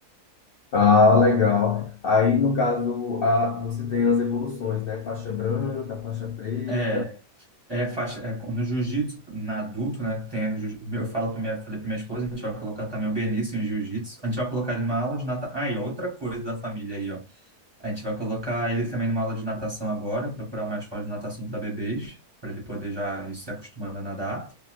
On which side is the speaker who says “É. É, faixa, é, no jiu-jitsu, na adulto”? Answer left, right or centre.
Right